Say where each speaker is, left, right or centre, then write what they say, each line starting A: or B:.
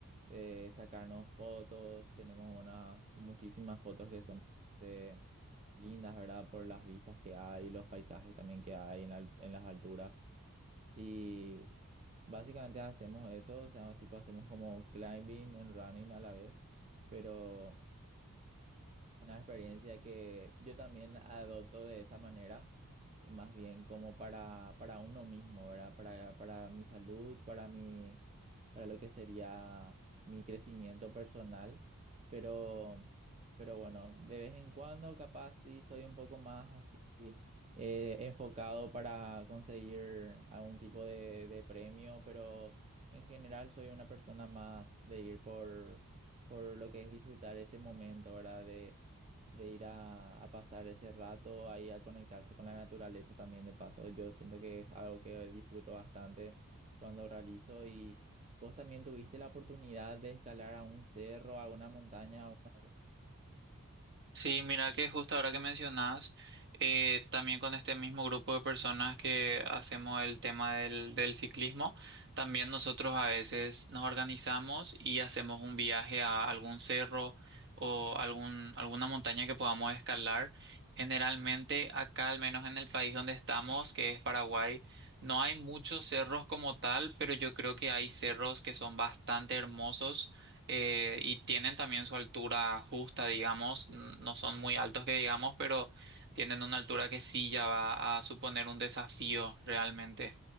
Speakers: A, on the right; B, on the right.
A: de sacarnos fotos, tenemos unas muchísimas fotos que son bastante lindas, ¿verdad? Por las vistas que hay, los paisajes también que hay en, al- en las alturas. Y básicamente hacemos eso, o sea, tipo hacemos como climbing and running a la vez, pero... Una experiencia que yo también adopto de esa manera, más bien como para, para uno mismo, ¿verdad? Para, para mi salud, para mi, para lo que sería mi crecimiento personal. Pero, pero bueno, de vez en cuando capaz sí soy un poco más así eh, enfocado para conseguir algún tipo de, de premio, pero en general soy una persona más de ir por, por lo que es disfrutar ese momento, ¿verdad? De de ir a, a pasar ese rato ahí a conectarse con la naturaleza también de paso. Yo siento que es algo que disfruto bastante cuando realizo y vos también tuviste la oportunidad de escalar a un cerro, a una montaña una vez
B: Sí, mira que justo ahora que mencionas, eh, también con este mismo grupo de personas que hacemos el tema del, del ciclismo, también nosotros a veces nos organizamos y hacemos un viaje a algún cerro o algún, alguna montaña que podamos escalar. Generalmente acá, al menos en el país donde estamos, que es Paraguay, no hay muchos cerros como tal, pero yo creo que hay cerros que son bastante hermosos eh, y tienen también su altura justa, digamos, n- no son muy altos que digamos, pero tienen una altura que sí ya va a suponer un desafío realmente.